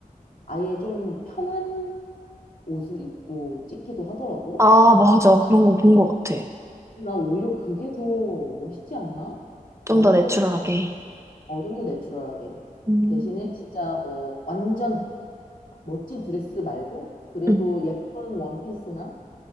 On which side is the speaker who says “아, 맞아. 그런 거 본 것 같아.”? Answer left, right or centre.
Right